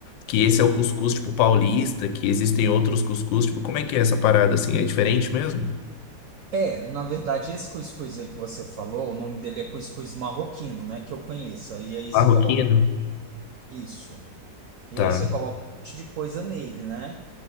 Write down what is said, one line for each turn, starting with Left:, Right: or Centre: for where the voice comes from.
Left: que esse é o cuscuz, tipo, paulista, que existem outros cuscuz, tipo, como é que é essa parada, assim? É diferente mesmo?
Right: é, na verdade, esse cuscuz aí que você falou, o nome dele é cuscuz marroquino, né? Que eu conheço. E aí você
Left: Marroquino?
Right: coloca um- isso. E
Left: Tá.
Right: aí você coloca um monte de coisa nele, né?